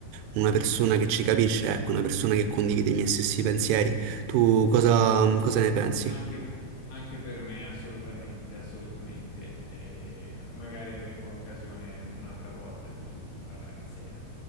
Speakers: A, on the right; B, on the left.
A: una persona che ci capisce, ecco, una persona che condivide i miei stessi pensieri. Tu cosa, cosa ne pensi?
B: Anche, anche per me, assolutamente, assolutamente. Eh, magari avremo l'occasione un'altra volta di di parlare insieme.